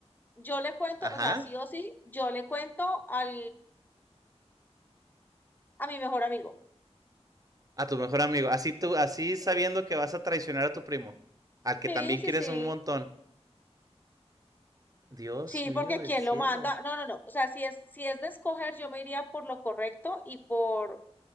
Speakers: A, on the left; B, on the right.
A: yo le cuento,
B: ajá,
A: o sea, sí o sí, yo le cuento al, a mi mejor amigo.
B: a tu mejor amigo. Así tú, así
A: Sí.
B: sabiendo que vas a traicionar a tu primo, al
A: Sí,
B: que también
A: sí,
B: quieres
A: sí.
B: un montón. Dios
A: Sí,
B: mío
A: porque
B: del
A: quién
B: cielo.
A: lo manda. No, no, no. O sea, si es, si es de escoger, yo me iría por lo correcto y por,